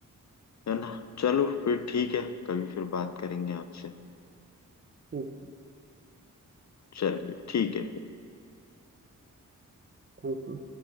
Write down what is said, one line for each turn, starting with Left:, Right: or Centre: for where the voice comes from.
Left: है ना चलो फिर ठीक है कभी फिर बात करेंगे आपसे
Right: ठीक
Left: चलिए ठीक है
Right: Thank you